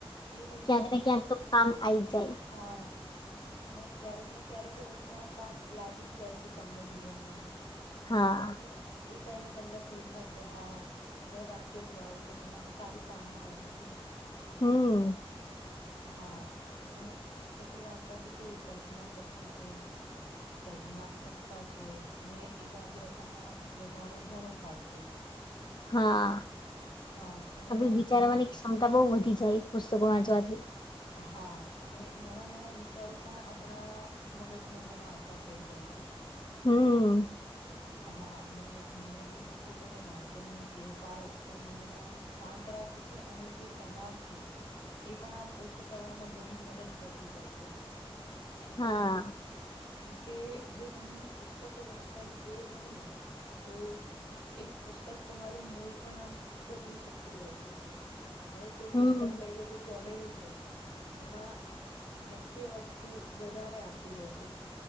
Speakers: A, on the left; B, on the left.
A: એ વસ્તુ
B: ક્યાંક
A: તમને
B: ને ક્યાંક તો કામ આઈ જ જાય
A: હા અને ક્યારેક ને ક્યારેક વસ્તુ આમ કામ લાગી જ જાય છે તમને જીવનમાં
B: હા
A: અને એ ટાઈમે તમને ફીલ થાય કે હા મેં વાંચેલું આ એટલે મને આમ સારું કામમાં લાગ્યું.
B: હમ્મ.
A: હા અને પુસ્તકો વાંચવાથી કેવું કલ્પના શક્તિ છે સર્જનાત્મકતા છે અને એકાગ્રતામાં વધારો ઘણો થાય છે.
B: હા
A: હા અને
B: આપડી
A: આમ
B: વિચારવાની
A: ની
B: ક્ષમતા બહું વધી જાય પુસ્તકો વાંચવાથી
A: હા અને નવા નવા વિચારો પણ આપણા મગજમાં ઘણા આવતા થઈ જાય છે. છે.
B: હમ્મ.
A: હા અને નિયમિત જો તમે વાંચન ની ટેવ પાડો તો મનેને આમ શાંત રાખ ની છે અને તણાવ છે એ પણ આમ ઓછું છુ કરવામાં ઘણી મદદ કરતી હોય છે.
B: હા.
A: કેમકે જો તમને પુસ્તકો વાંચવાની ટેવ હોય ને તો એક પુસ્તક તમારું મૂળ પણ આમ બદલી શકતું હોય છે. હવે કોઈ
B: હમ
A: પુસ્તક લય લો જે કોમેડી છે જેમાં હાસ્ય વસ્તુ વધારે આવતી હોય છે